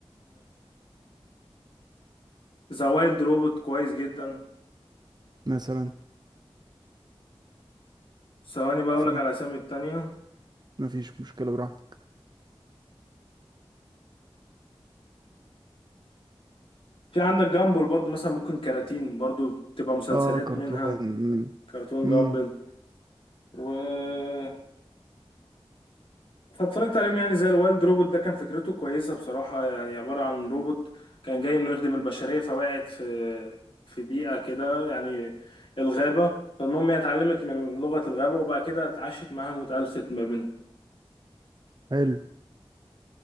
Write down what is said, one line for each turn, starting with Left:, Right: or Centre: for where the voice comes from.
Left: ذا وايلد روبوت كويس جدا
Right: مثلا
Left: ثواني بقى اقولك
Right: في
Left: على اسامي التانية
Right: مفيش مشكلة براحتك
Left: في عندك جامبل برضه مثلا ممكن كراتين برضه تبقى مسلسلات
Right: اه كرتون
Left: منها
Right: مم.
Left: كرتون
Right: مم.
Left: جامبل و فاتفرجت عليهم يعني زي الوايلد روبوت ده كان فكرته كويسة بصراحة يعني عبارة عن روبوت كان جاي انه يخدم البشرية فوقعت في في بيئة كده يعني الغابة فالمهم هي اتعلمت من لغة الغابة وبعد كده اتعاشت معاهم واتألفت ما بينهم
Right: حلو